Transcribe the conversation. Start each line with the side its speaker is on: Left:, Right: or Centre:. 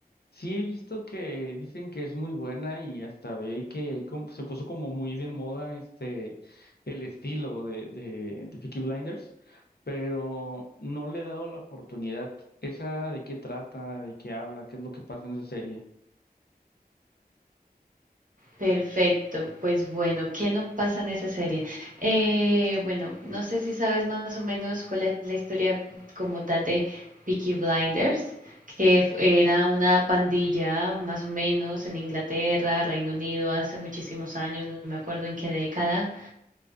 Left: Sí, he visto que dicen que es muy buena y hasta ve que ahí com- se puso como muy de moda este el estilo de, de, de Peaky Blinders, pero no le he dado la oportunidad. ¿Esa de qué trata? ¿De qué habla? ¿Qué es lo que pasa en esa serie?
Right: Perfecto, pues bueno, ¿qué no pasa en esa serie? Eh, bueno, no sé si sabes más o menos cuál es la historia como tal de Peaky Blinders, que fu- era una pandilla más o menos en Inglaterra, Reino Unido, hace muchísimos años, no me acuerdo en qué década.